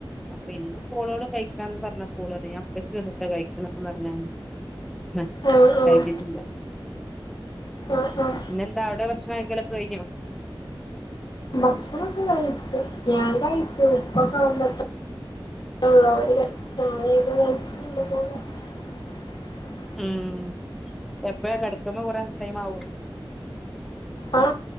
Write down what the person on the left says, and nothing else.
ആഹ് ആഹ്
ആഹ് ആഹ്
ഭക്ഷണൊക്കെ കഴിച്ചു. ഞാൻ കഴിച്ചു, ഉപ്പൊക്കെ വന്നിട്ട് <unintelligible> <unintelligible>
ആ